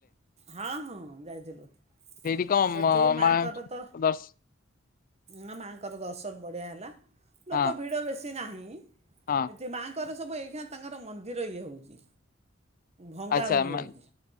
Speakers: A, on the right; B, on the left.
A: ହଁ ହଁ ଯାଇଥିଲୁ
B: ସେଇଠି କଣ
A: ସେଠି
B: ମ
A: ମାଙ୍କର
B: ମା
A: ତ
B: ଦର୍ଶ
A: ମା ମାଆଙ୍କର ଦର୍ଶନ ବଢ଼ିଆ ହେଲା। ଲୋକ
B: ହଁ
A: ଭିଡ଼ ବେଶି ସେମିତି ନାହିଁ।
B: ହଁ
A: ଏ ମାଆଙ୍କର ସବୁ ଏଇଠା ତାଙ୍କର ମନ୍ଦିର ଇଏ ହେଉଛି। ଭଙ୍ଗା
B: ଆଚ୍ଛା
A: ହୋଉଛି
B: ମା
A: ଉ